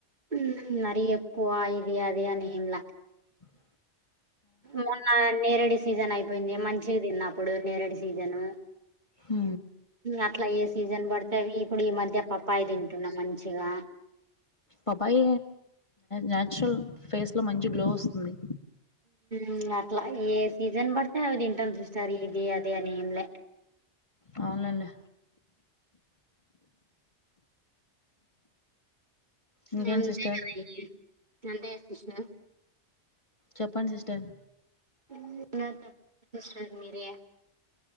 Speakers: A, on the right; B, on the left.
A: ఉమ్ మరి ఎక్కువ ఇది అది అని ఏంలా
B: అ <unintelligible>
A: మొన్న నేరేడి సీజన్ అయిపోయింది మంచిగాదిన్న అపుడు నేరేడి సీజను
B: హు
A: అట్లా ఏ సీజన్ వడ్తే అవి ఇప్పుడు ఈ మధ్య పపాయ తింటున్నా మంచిగా
B: పపాయ న్యాచురల్ ఫేస్లో మంచి గ్లో ఒస్తుంది
A: ఊమ్ అట్లా ఏ సీజన్ బడ్తే అవి దింటాం సిస్టర్ ఇది అది అని ఏం లే
B: అవున్లేండి
A: అంతేగదా
B: ఇంకేంటి సిస్టర్
A: అంతే
B: చెప్పండి సిస్టర్
A: ఏం లే సార్ మీరే